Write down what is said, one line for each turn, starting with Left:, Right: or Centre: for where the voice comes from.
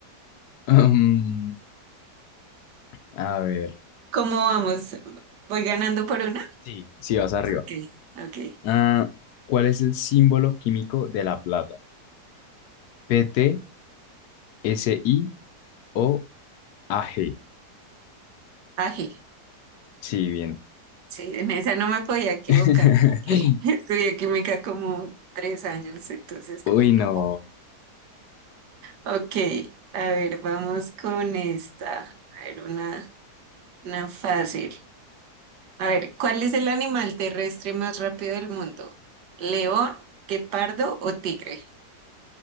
Left: Mm, a ver.
Right: ¿Cómo vamos? ¿Voy ganando por una?
Left: Sí, sí, vas arriba.
Right: Ok, ok.
Left: Ah, ¿cuál es el símbolo químico de la plata? PT, SI o AG.
Right: Ají.
Left: Sí, bien.
Right: Sí, en esa no me podía equivocar.
Left: <laughs>
Right: <laughs> Estudié química como tres años, entonces
Left: Uy,
Right: como no.
Left: no.
Right: Ok, a ver, vamos con esta. A ver, una, una fácil. A ver, ¿cuál es el animal terrestre más rápido del mundo? ¿León, guepardo o tigre?